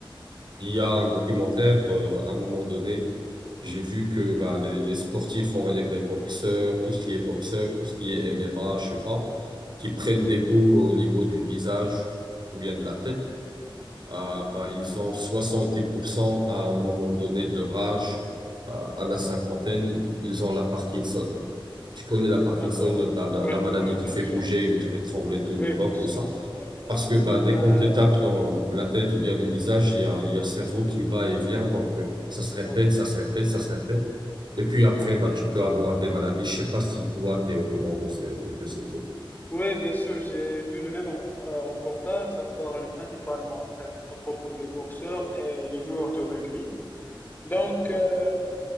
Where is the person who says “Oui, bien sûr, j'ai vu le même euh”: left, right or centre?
Left